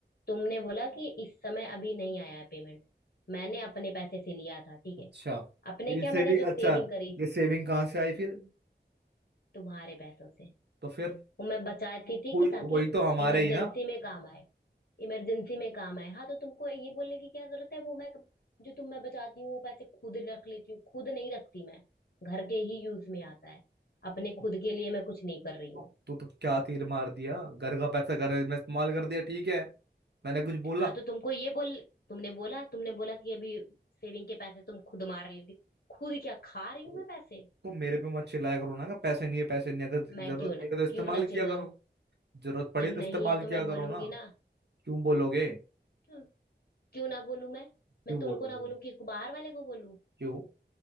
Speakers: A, on the left; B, on the right.
A: तुमने बोला कि इस समय अभी नहीं आया है पेमेंट मैंने अपने पैसे से लिया था ठीक
B: अच्छा
A: है
B: तो
A: अपने
B: ये
A: क्या
B: सेविंग
A: मैंने जो
B: अच्छा
A: सेविंग करी थी
B: ये सेविंग कहाँ से आई फिर
A: तुम्हारे पैसों से
B: तो फिर
A: वो मैं बचाती थी
B: हुई
A: कि ताकि
B: हुई तो हमारे
A: इमरजेंसी
B: ही ना
A: में काम आए इमरजेंसी में काम आए हाँ तो तुमको ये बोलने की क्या जरूरत है वो मैं जो तुम मैं बचाती हूँ वो पैसे खुद रख लेती हूँ खुद नहीं रखती मैं घर के ही यूज में आता है अपने खुद के लिए मैं कुछ नहीं कर रही
B: तो,
A: हूँ
B: तो, तो क्या तीर मार दिया घर का पैसा घर में इस्तेमाल कर दिया ठीक है मैंने कुछ बोला
A: हाँ तो तुमको ये बोल तुमने बोला तुमने बोला कि अभी सेविंग के पैसे तुम खुद मार लेती खुद क्या खा रही हूँ
B: ओ,
A: मैं पैसे
B: तो मेरे पे मत चिल्लाया करो ना कि पैसे नहीं है पैसे नहीं है। अगर
A: मैं
B: जरूरत
A: क्यों ना
B: पड़े तो इस्तेमाल
A: क्यों ना
B: किया
A: चिल्लाऊं
B: करो जरूरत पड़े
A: जब
B: तो इस्तेमाल
A: नहीं है तो
B: किया
A: मैं
B: करो
A: बोलूंगी
B: ना
A: ना
B: क्यों बोलोगे
A: तो क्यों ना बोलूं मैं
B: क्यों
A: मैं
B: बोलोगे
A: तुमको ना बोलूं किसको बाहर वाले को बोलूं
B: क्यों